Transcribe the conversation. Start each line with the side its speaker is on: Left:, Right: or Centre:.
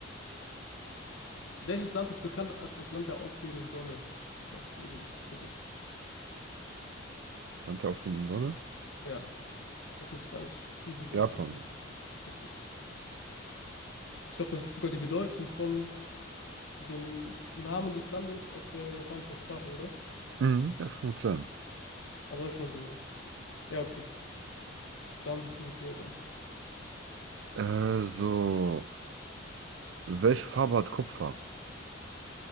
Left: welches Land ist bekannt als das Land der aufgehenden Sonne? Das ist easy für dich.
Right: Land der aufgehenden Sonne?
Left: Ja, das müsstest du eigentlich easy beantworten
Right: Japan.
Left: können. Richtig. Ich glaube, das ist sogar die Bedeutung von dem Namen des Landes auf der japanischen Sprache, oder?
Right: Mhm, das kann gut sein.
Left: Also habe ich mal gehört. Ja, okay. Dann bist du jetzt wieder dran.
Right: Äh, so. Welche Farbe hat Kupfer?